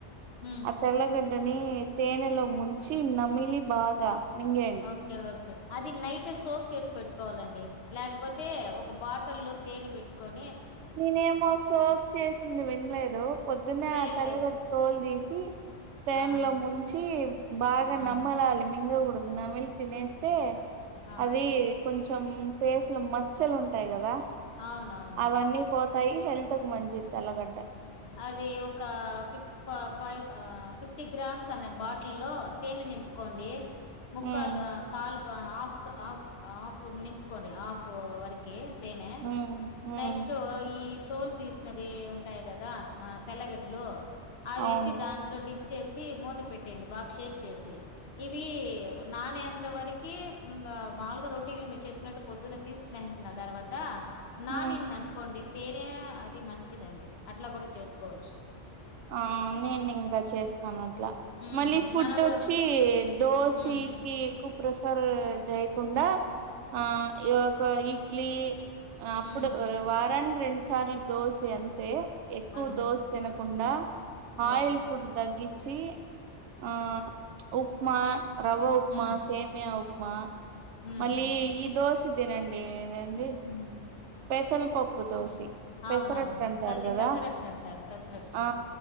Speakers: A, on the left; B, on the right.
A: హ్మ్.
B: ఆ తెల్లగడ్డ వంటని తేనెలో ముంచి నమిలి బాగా. మింగేయండి
A: ఓకే ఓకే అది నైట్ సోప్ చేసి పెట్టుకోవాలండి. లేకపోతే ఒక బాటి లో తేనె పెట్టుకని
B: నేనేమో సోప్ చేసుకొ. నువ్వు వినలేదు పొద్దున్నే
A: లేదు
B: తెల్లగడ
A: లేదు.
B: తోలు తీసి <unintelligible> తేనెలో
A: ఆ!
B: ముంచి బాగా
A: ఆ!
B: నమ్మలాలి. <unintelligible> నమిలి తినేస్తే
A: ఆ
B: అది కొంచెం ఫేస్ లో మచ్చలు ఉంటాయి కదా.
A: అవ్నవును.
B: అవన్నీ పోతాయి హెల్త్ కు మంచిది. తెల్లగడ్డ
A: అది ఒక <unintelligible> ఫైవ్. ఆ ఫిఫ్టీ గ్రామ్స్ అనే బాటిల్లో తేనె నింపుకోండి. ముక్కాలు
B: ఉమ్
A: కాల్ ఆఫ్ ఆఫ్ ఆఫ్ నింపుకోండి ఆఫ్ వరకే తేనే
B: ఉమ్ ఉమ్
A: నెక్స్ట్ఈ తోలు తీసినవి ఉంటాయి కదా ఆ తెల్లగడ్లు అవి
B: అవును
A: ఎత్తి దాంట్లో డి చేసి మూత పెట్టేడి బాగా షేక్ చేసి ఇవి నానేంత వరకి మాముగా రొటీన్ చెప్పినట్టు పొద్దున్న తీసుకునేు తర్వాత నానిందని
B: ఉమ్
A: అనుకోండి తేనే అది మంచిదండి అట్లా కూడా చేసుకోవచ్చు
B: ఆ, నేను ఇంకా చేస్తాను. అట్లా
A: ఉమ్
B: మళ్ళీ ఫుడ్
A: మన రో
B: వచ్చి.. దోసికి
A: ఉమ్
B: ఏకు ప్రిఫర్ జయకుండా ఆ యొక్క ఈప్ డ్లీ ఆ అప్పుడు
A: ఉమ్
B: వారానికి రెండు సార్లు దోసె అంతే ఎక్కువ
A: అంతే
B: దోశ తినకు కుండా
A: ఓకే
B: ఆయిల్ ఫుడ్ తగ్గి ఛీ ఆ ఉప్మా రవ్వ ఉప్మా
A: ఉమ్
B: సేమ్యా ఉప్ మా..
A: ఉమ్
B: మళ్లీ ఈ దోస తినండి ఏందీ
A: ఉమ్
B: పెషల్ పప్పు దోసి పెసరట్టు
A: అవునవును
B: అంటారు
A: దాన్ని
B: కదా,
A: పెసరట్టు అంటారు పెసరట్టు
B: ఆ